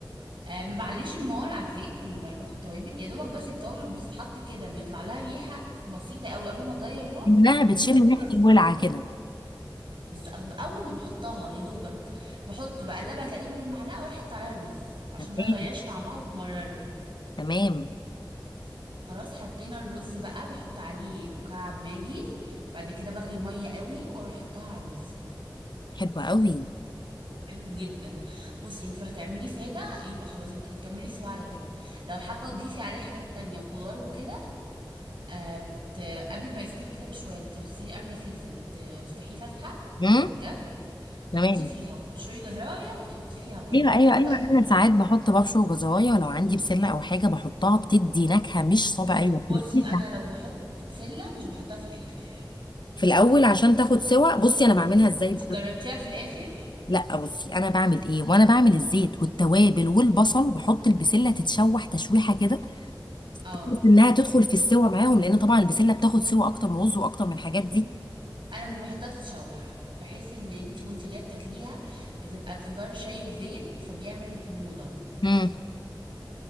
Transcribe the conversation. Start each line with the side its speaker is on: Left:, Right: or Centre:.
Right: آه ما بعليش النار على الزيت وانا بحط التوابل يا دوبك بس التوابل بتتحط كده بيطلع لها ريحة بسيطة قوي قبل ما تغير اللون
Left: انها بتشم
Right: بحط
Left: ريحه
Right: الرز
Left: الولعه كده
Right: بز- اول ما بحطها يا دوبك بحط بقلبها تقليبه بالمعلقه واروح حاطه عليها رز عشان
Left: تمام
Right: ما يغيرش طعمها وتمرره
Left: تمام
Right: خلاص حطينا الرز بقى بحط عليه مكعب ماجي بعد كده بغلي الميه قوي واروح حطها على الرز
Left: حلوه قوي
Right: حلو جدا بصي انت لو هتعمليه ساده يبقى خلاص انت هتكملي سوا على كده لو حابه تضيفي عليه حاجات تانية خضار وكده آه بت... قبل ما يستوي كده بشويه بتغسلي قرن فلفل تفتحيه فتحه
Left: امم
Right: من على الجنب تحطيه
Left: تمام
Right: فيها وتبشري جزرايه وتحطيه فيها برضه
Left: ايوه
Right: بتبقى
Left: ايوه
Right: حلوه
Left: ايوه
Right: قوي
Left: انا ساعات بحط ببشر وجزرايه ولو عندي بسله او حاجه بحطها بتدي نكهه مش طبيعيه بتنقلها
Right: بصي انا لو بحط بسله مش بحطها في الاخر
Left: في الاول عشان تاخد سوا بصي انا بعملها ازاي
Right: انت
Left: بقى؟
Right: جربتيها في الاخر
Left: لا بصي انا بعمل ايه وانا بعمل الزيت والتوابل والبصل بحط البسله تتشوح تشويحه كده
Right: اه
Left: بس انها تدخل في السوا معاهم لان طبعا البسله بتاخد سوا اكتر من رز واكتر من الحاجات دي
Right: انا مش بحطها تتشوح بحس ان انت وانت جايه بتاكليها بتبقى الخضار شايب زيت فبيعمل حموضه
Left: مم.